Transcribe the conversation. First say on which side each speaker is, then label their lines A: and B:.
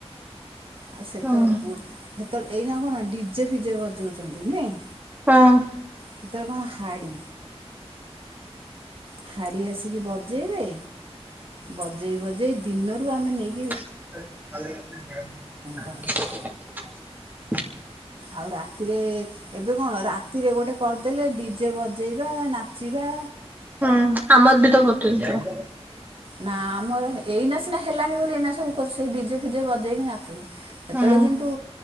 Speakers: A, on the right (about 55°); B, on the right (about 15°).
A: ଆଉ ସେତେବେଳେପୁଅ
B: ହୁଁ
A: ସେତେବେଳେ ଏଇନା କଣ ଡିଜେ ଫିଜେ ବଜଉଛନ୍ତି ନୁହେଁ?
B: ହଁ।
A: ସେତେବେଳେ କଣ ହାଡି। ହାଡି ଆସିକି ବଜେଇବେ, ବଜେଇ ବଜେଇ ଦିନରୁ ଆମେ ନେଇ
B: <unintelligible>
A: କରନ୍ତି ଆଉ ରାତିରେ ଏବେ କଣ ରାତିରେ ଗୋଟେ କରିଦେଲେ ଡିଜେ ବଜେଇବା ନା ଚିବା।
B: ହୁଁ ଆମର ବି ତ କରିଛନ୍ତି।
A: ନା ଆମର ଏଇନା ସିନା ହେଲାଣି ବୋଲି ଏଇନା ସବୁ କରୁଚେ ସେଇ ଡିଜେ ଫିଜେ ବଜେଇକି ନାଚୁଛନ୍ତି।
B: ହୁଁ
A: ସେତେବେଳେ କିନ୍ତୁ